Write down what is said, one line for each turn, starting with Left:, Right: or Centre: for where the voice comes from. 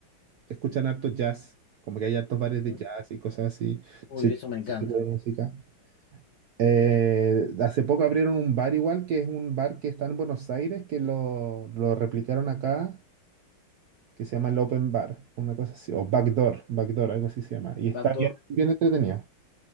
Right: escuchan harto jazz, como que hay hartos bares
Left: ujú.
Right: de jazz y cosas así,
Left: Uy,
Right: ese
Left: eso
Right: tipo
Left: me encanta.
Right: ese tipo de música. Eh, hace poco abrieron un bar igual, que es un bar que está en Buenos Aires, que lo, lo replicaron acá, que se llama el Open Bar, una cosa así, o Backdoor, Backdoor, algo así se llama, y está
Left: Backdoor,
Right: bien, bien entretenido.